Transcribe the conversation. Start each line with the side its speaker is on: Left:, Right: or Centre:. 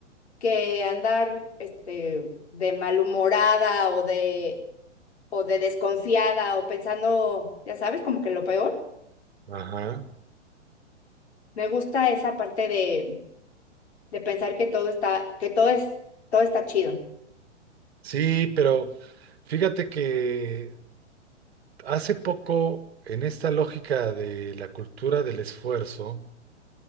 Left: que andar este, de malhumorada o de, o de desconfiada o pensando, ya sabes, como que lo peor.
Right: ajá.
Left: Me gusta esa parte de, de pensar que todo está, que todo es, todo está chido.
Right: Sí, pero fíjate que hace poco en esta lógica de la cultura del esfuerzo